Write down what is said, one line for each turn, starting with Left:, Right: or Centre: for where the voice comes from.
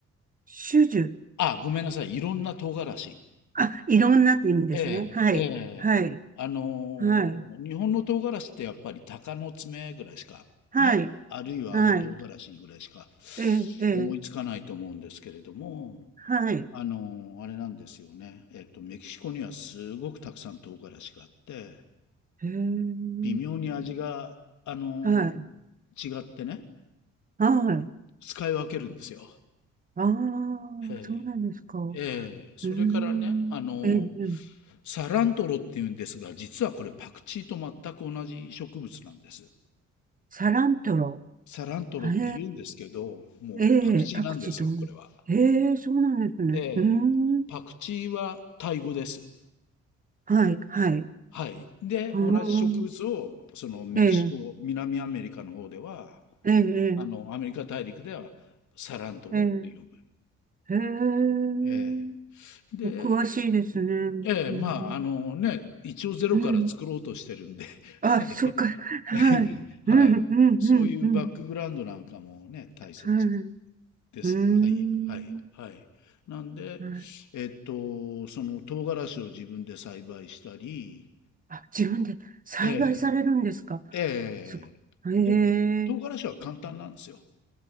Right: 種々。
Left: あ、ごめんなさい、いろんな唐辛子。
Right: あ、いろんなって意味ですね。
Left: ええ、
Right: はい。
Left: え
Right: はい。
Left: え。あのー日本の唐辛子ってやっぱり鷹の爪ぐらいしか、
Right: はい。はい。
Left: ね、あるいは青唐辛子ぐらいしか
Right: はい。ええ、ええ、
Left: 思いつかないと思うんですけれども、
Right: はい。
Left: あの、あれなんですよね。えっと、メキシコにはすごくたくさん唐辛子があって、
Right: へえ。
Left: 微妙に味が、あの、
Right: はい。
Left: 違ってね、
Right: はい。
Left: 使い分けるんですよ。
Right: ああ、
Left: え
Right: そうなんですか。う
Left: え、ええ、それからね、
Right: ーん。
Left: あの、
Right: ええ、ええ
Left: サラントロっていうんですが、実はこれパクチーと全く同じ植物なんです。
Right: サラントロ。
Left: サラントロって言うんですけど、
Right: へ
Left: もうパクチーなんですよ、
Right: え、ええ、パクチーと同じ。
Left: これは。
Right: へえ、そうなんですね。
Left: ええ、
Right: うーん。
Left: パクチーはタイ語です。
Right: はい、はい。
Left: はい。で、
Right: うーん。
Left: 同じ植物を、そのメキシコ、
Right: ええ、
Left: 南アメリカの方では、
Right: ええ、
Left: あの、アメリカ大陸ではサラントロって呼ぶ。
Right: ええ、ええ、へえ。
Left: ええ。で、
Right: お詳しいですね。
Left: ええ、
Right: うん。
Left: まあ、あのね、一応ゼロから作ろうとしてるんで、
Right: うん。
Left: <laughs>
Right: あ、
Left: はい。
Right: そっか。はい。
Left: <laughs> はい。
Right: うん、うん、うん、
Left: そういうバックグラウンドなんかもね、
Right: うん。
Left: 大切
Right: はい。
Left: です。
Right: うーん。
Left: はい。はい。はい。なんで、
Right: はい。
Left: えっと、その唐辛子を自分で栽培したり、
Right: あ、自分で栽培されるんですか
Left: ええええ、
Right: すごい。へえ、
Left: でも、と唐辛子は簡単なんですよ。